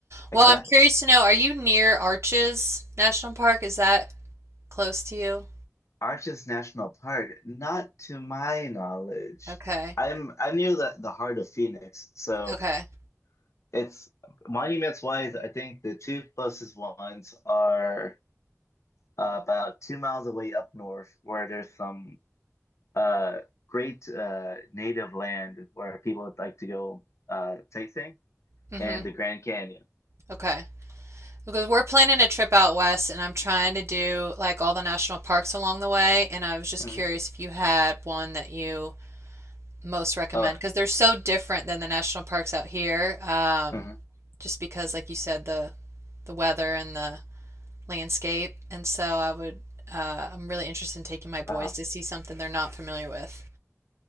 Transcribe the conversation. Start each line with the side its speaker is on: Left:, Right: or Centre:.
Left: exactly.
Right: Well, I'm curious to know, are you near Arches National Park? Is that close to you?
Left: Arches National Park, not to my knowledge.
Right: Okay.
Left: I'm I'm near the, the heart of Phoenix, so
Right: Okay.
Left: it's monuments wise, I think the two closest ones are uh, about two miles away up north, where there's some uh, great uh, native land where people would like to go uh, sightseeing
Right: hmm
Left: and the Grand Canyon.
Right: Okay. Because we're planning a trip out west and I'm trying to do like all the national parks along the way and I was just
Left: Mhm.
Right: curious if you had one that you most recommend
Left: Uh,
Right: because they're so different than the national parks out here. Um,
Left: Mhm.
Right: just because like you said the the weather and the landscape and so I would uh, I'm really interested in taking my boys
Left: uh,
Right: to see something they're not familiar with.